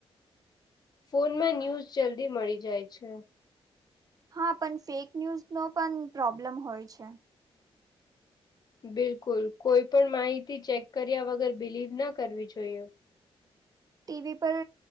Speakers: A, on the left; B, on the right.
A: ફોનમાં ન્યૂઝ જલ્દી મળી જાય છે.
B: હા પણ ફેક ન્યુઝ નો પણ પ્રોબ્લેમ હોય છે.
A: બિલકુલ કોઈ પણ માહિતી ચેક કર્યા વગર બિલીવ ન કરવી જોઈએ.
B: ટીવી પર